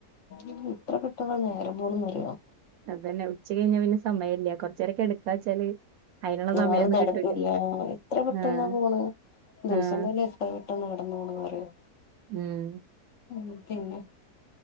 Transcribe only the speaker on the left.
ഉം എത്ര പെട്ടന്ന നേരം പോണ്ന്നറിയോ
അതും നടക്കൂല്ല
എത്ര പെട്ടന്ന
പോണ് ദിവസം
തന്നെ എത്ര പെട്ടന്ന കടന്ന് പോണന്നറിയോ
ഉം പിന്നെ